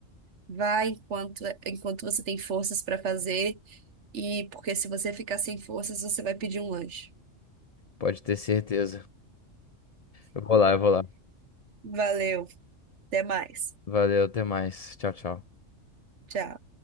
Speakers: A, on the right; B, on the left.
A: Vai enquanto, enquanto você tem forças para fazer. E porque se você ficar sem forças, você vai pedir um lanche.
B: Pode ter certeza. Eu vou lá, eu vou lá.
A: Valeu, até mais.
B: Valeu, até mais. Tchau, tchau.
A: Tchau.